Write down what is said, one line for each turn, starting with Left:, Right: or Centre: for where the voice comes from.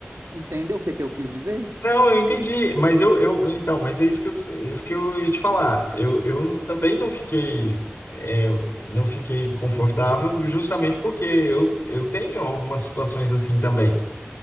Right: entendeu o que, que eu quis dizer?
Left: Não, eu entendi, mas eu, eu, então, mas é isso que eu, isso que eu ia te falar. Eu, eu também não fiquei, é, não fiquei confortável, justamente porque eu, eu tenho algumas situações assim também.